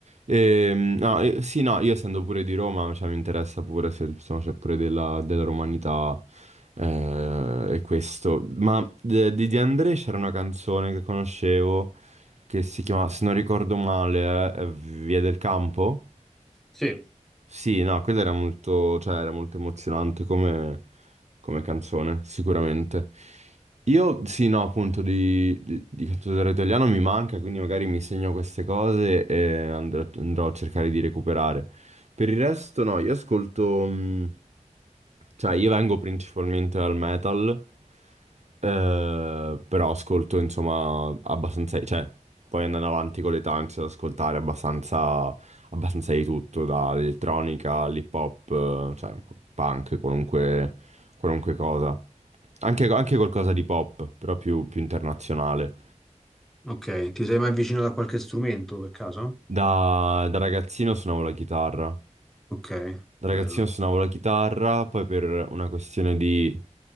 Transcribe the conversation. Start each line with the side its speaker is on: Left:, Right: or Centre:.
Right: Ehm, no, eh, sì, no, io essendo pure di Roma, cioè, mi interessa pure se insomma, c'è pure della, della romanità eh, e questo. Ma de- di De André c'era una canzone che conoscevo che si chiama, se non ricordo male, eh, Via del Campo.
Centre: Sì.
Right: Sì, no, quella era molto, cioè, era molto emozionante come, come canzone, sicuramente. Io, sì, no, appunto, di, di, di cantautore italiano mi manca, quindi magari mi segno queste cose e andrò, andrò a cercare di recuperare. Per il resto, no, io ascolto... mh, cioè, io vengo principalmente dal metal, eh, però ascolto, insomma, abbastanza... Cioè, poi andando avanti con l'età inizio ad ascoltare abbastanza abbastanza di tutto, dall'elettronica all'hip hop, eh, cioè punk, qualunque, qualunque cosa. Anche, anche qualcosa di pop, però più, più internazionale.
Centre: Ok, ti sei mai avvicinato a qualche strumento per caso?
Right: Da, da ragazzino suonavo la chitarra,
Centre: Ok,
Right: Da ragazzino
Centre: bello.
Right: suonavo la chitarra, poi per una questione di,